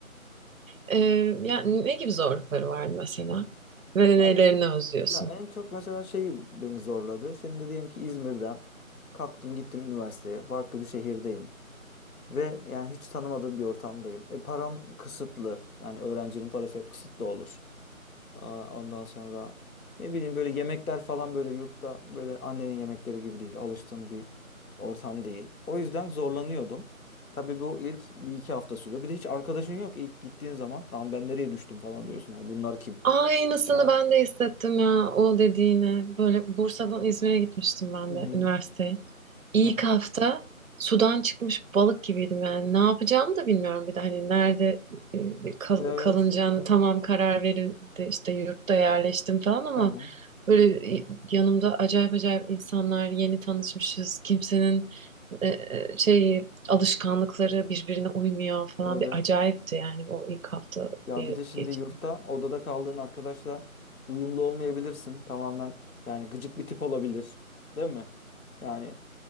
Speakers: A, on the right (about 70°); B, on the left (about 75°).
A: Ee, yani ne gibi zorlukları vardı mesela? Ve
B: Ya
A: nelerini özlüyorsun?
B: Ya en çok mesela şey beni zorladı. Şimdi diyelim ki İzmir'den kalktım gittim üniversiteye. Farklı bir şehirdeyim. Ve yani hiç tanımadığım bir ortamdayım. E param kısıtlı. Yani öğrencinin parası hep kısıtlı olur. Aa, ondan sonra ne bileyim böyle yemekler falan böyle yurtta böyle annenin yemekleri gibi değil. Alıştığın bir ortam değil. O yüzden zorlanıyordum. Tabii bu ilk bir iki hafta sürüyor. Bir de hiç arkadaşın yok ilk gittiğin zaman. Lan ben nereye düştüm falan diyorsun. Yani bunlar kim?
A: Aynısını
B: Ha.
A: ben de hissettim ya o dediğine. Böyle Bursa'dan İzmir'e gitmiştim ben
B: Hı hı.
A: de üniversiteye. İlk
B: Aha.
A: hafta sudan çıkmış balık gibiydim yani. Ne yapacağımı da bilmiyorum bir de hani nerede e, kal-
B: Evet.
A: kalınacağını tamam karar verildi işte yurtta yerleştim falan ama
B: Tamam.
A: böyle e, yanımda acayip acayip insanlar yeni tanışmışız. Kimsenin e, e, şey alışkanlıkları birbirine uymuyor falan
B: Evet.
A: bir acayipti yani o ilk hafta
B: Ya
A: e,
B: bir de şimdi
A: geçirmek
B: yurtta odada kaldığın arkadaşla uyumlu olmayabilirsin. Tamamen yani gıcık bir tip olabilir. Değil mi? Yani